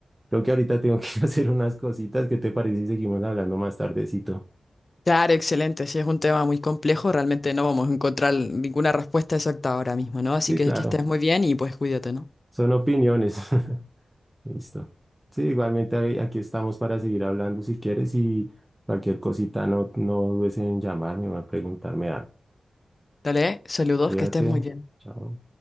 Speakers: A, on the right; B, on the left.
A: creo que ahorita tengo que <laughs> ir a hacer unas cositas. ¿Qué te parece si seguimos hablando más tardecito?
B: Claro, excelente. Sí, es un tema muy complejo. Realmente no vamos a encontrar ninguna respuesta exacta ahora mismo, ¿no? Así
A: Sí,
B: que
A: claro,
B: que estés muy bien y pues cuídate, ¿no?
A: son opiniones. <laughs> Listo. Sí, igualmente ahí- aquí estamos para seguir hablando si quieres y cualquier cosita no, no dudes en llamarme o en preguntarme algo.
B: Dale, saludos,
A: Cuídate.
B: que estés muy bien.
A: Chao.